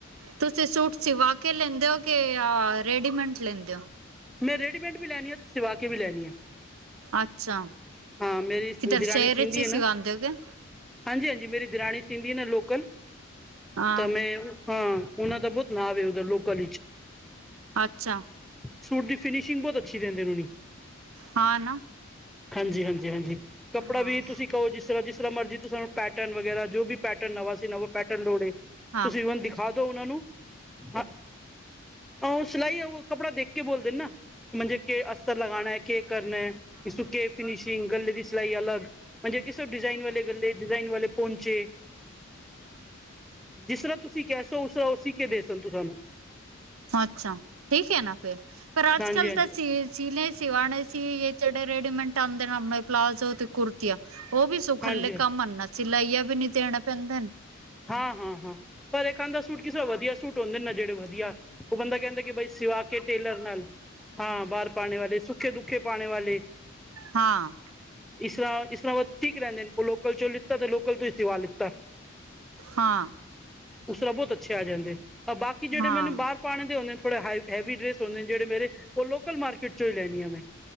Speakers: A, on the right; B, in the centre.
A: ਤੁਸੀ ਸੂਟ ਸਿਵਾਕੇ ਲੇਂਦੇ ਓ, ਕਿ ਰੇਡੀਮੈਟ ਲੇਂਦੇ ਓ?
B: ਮੈ ਰੇਡੀਮੇਟ ਵੀ ਲੈਨੀ ਆ ਸਿਵਾਕੇ ਬੀ ਲੈਨੀ ਆ,
A: ਅੱਛਾ
B: ਹਾਂ, ਮੇਰੀ
A: ਕਿਧਰ
B: ਦਿਰਾਣੀ
A: ਸ਼ਹਿਰ
B: ਸਿੰਦੀ
A: ਚ ਹੀ
B: ਏ ਨਾ
A: ਸਿਵਾਂਦੇ ਹੋ ਕੇ
B: ਹਾਂਜੀ-ਹਾਂਜੀ, ਮੇਰੀ ਦਿਰਾਣੀ ਸੀੰਦੀ ਏ ਨਾ ਲੋਕਲ,
A: ਹਾਂ
B: ਤਾ ਮੈ, ਹਾਂ ਉਨਾ ਦਾ ਬਹੋਤ ਨਾਵ ਏ, ਉਧਰ ਲੋਕਲ ਈਚ।
A: ਅਛਾ।
B: ਸੂਟ ਦੀ ਫਿਨਿਸ਼ਿੰਗ ਬਹੁਤ ਅਛੀ ਦੇਂਦੇਨ, ਉਨੀ।
A: ਹਾਂ ਨਾ-
B: ਹਾਂਜੀ- ਹਾਂਜੀ- ਹਾਂਜੀ ਕੱਪੜਾ
A: ਹਾਂ
B: ਵੀ ਤੁਸੀ ਕਹੋ ਜਿਸ ਤਰ੍ਹਾਂ ਜਿਸ ਤਰ੍ਹਾਂ ਮਰਜੀ ਤੁ ਸਾਨੂੰ ਪੈਟਰਨ ਵਗੈਰਾ- ਜੋ ਵੀ ਪੈਟਰਨ ਨਵਾ ਸੀ ਨਵਾਂ ਪੈਟਰਨ ਲੋੜੇ
A: ਹਾਂ
B: ਤੁਸੀ ਈਵਨ ਦਿਖਾ ਦੋ ਉਹਨਾਂ ਨੂੰ ਹ- ਆਹ ਸਿਲਈ ਉਹ ਕੱਪੜਾ ਦੇਖ ਕੇ- ਬੋਲਦੇ ਨਾ ਹਾਂਜੀ ਕੇ ਅਕਸਰ ਲਗਾਣਾ, ਕੇ ਕਰਨਾ ਤੁਸੀ ਕੇ ਫਿਨਸ਼ਿੰਗ- ਗਲੇ ਦੀ ਸਿਲਾਈ ਅਲਗ ਜੇ ਕਿਸੇ ਡਿਜ਼ਾਈਨ ਵਾਲੇ ਗਲੇ ਡਿਜ਼ਾਈਨ ਵਾਲੇ ਪੋਂਚੇ- ਜਿਸ ਤਰ੍ਹਾਂ ਤੁਸੀਂ ਕੈਸੇਉਸ ਓ ਸੀਕੇ ਦੇ ਸਕਦੇ ਤੂੰਆਨੁ।
A: ਅੱਛਾ। ਠੀਕ ਹੈ ਨਾ, ਫਿਰ ਪਰ ਅੱਜ-ਕੱਲ
B: ਹਾਂਜੀ ਹਾਂਜੀ
A: ਤਾਂ ਚੀਜ ਸੀਲੇ ਸੀਵਾਨੇ ਸੀ ਜਾ ਜੇੜੇ ਰੇਡੀਮੈਂਂਟ ਆਦੇ ਨੇ, ਲੰਮੇ ਪਲਾਜ਼ੋ ਤੇ ਕੁੁਰਤੀਆਂ। ਓ ਵੀ ਸੁਖੱਲੇ
B: ਹਾਂਜੀ
A: ਕੰਮ ਆ ਨਾ, ਸਿਲਾਈਆ ਵੀ ਨੀ ਦੇਣੇ ਪੈਂਦੇ ਨੇ।
B: ਹਾਂ-ਹਾਂ, ਹਾਂ, ਪਰ ਏ ਕੇਂਦੇ ਸੂਟ ਕਿਸੇ ਵਧੀਆ ਸੂਟ ਆਉਂਦੇ ਨਾ ਜੇੜੇ ਵਧੀਆ ਤੇ ਬੰਦਾ ਕੇਂਦਾ ਕਿ ਬਈ ਸਿਵਾ ਕੇ ਟੇਲਰ ਨਾਲ ਹਾਂ, ਬਾਹਰ ਪਾਣੇ ਵਾਲੇ ਸੂ ਤੇ ਦੁੱਖੇ ਪਾਣੇ ਵਾਲੇ।
A: ਹਾਂ‌।
B: ਇਸਰ੍ਹਾਂ, ਇਸ ਤਰ੍ਹਾਂ ਠੀਕ ਰੇਂਦੇ ਨੇ ਉਹ ਲੋਕਲ ਚੋਂ ਲਿੱਤਾ ਤੇ ਲੋਕਲ ਤੋਂ ਈ ਸਿਵਾ ਲੈਣ।
A: ਹਾਂ।
B: ਉਸ ਤਰਾ ਬੋਤ ਅੱਛੇ ਆ ਜਾਂਣਗੇ, ਆ ਬਾਕੀ ਜੇੜੇ
A: ਹਾਂ
B: ਮੈਨੂੰ ਬਾਰ ਪਾਣੇ ਤੇ ਹੁੰਦੇ ਨੇ, ਥੋੜੇ ਹੈਵੀ ਡਰੈਸ ਹੁੰਦੇ ਨੇ, ਜੇੜੇ ਮੇਰੇ ਉਹ ਲੋਕਲ ਮਾਰਕੀਟ ਚੋਂ ਈ ਲੈਨੀ ਆ ਮੈਂ।